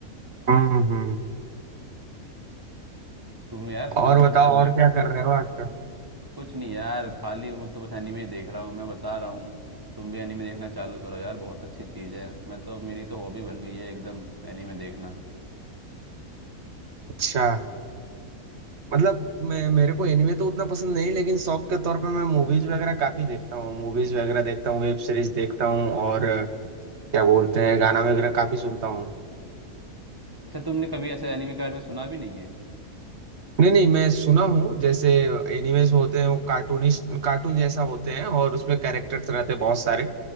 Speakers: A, on the right; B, on the right.
A: हम्म हम्म
B: तुम यार शुरू
A: और
B: कर
A: बताओ
B: दे यार
A: और
B: मैं
A: क्या कर रहे हो आजकल
B: कुछ नहीं यार खाली हूँ तो बस एनीमे ही देख रहा हूँ मैं बता रहा हूँ तुम भी एनीमे देखना चालू करो यार बहुत अच्छी चीज़ है मैं तो मेरी तो हॉबी बन गई है एकदम एनीमे देखना
A: अच्छा मतलब मैं मेरे को एनिमे तो उतना पसंद नहीं लेकिन शौक के तौर पे मैं मूवीज वगैरह काफी देखता हूँ मूवीज वगैरह देखता हूँ वेब सीरीज देखता हूँ और अ, क्या बोलते हैं गाना वगैरह काफी सुनता हूँ
B: अच्छा तुमने कभी ऐसे एनीमे के बारे में सुना भी नहीं है
A: नहीं नहीं मैं सुना हूँ जैसे एनिमेज होते हैं वो कार्टूनिस्ट कार्टून जैसा होते हैं और उसमें कैरेक्टर्स रहते हैं बहुत सारे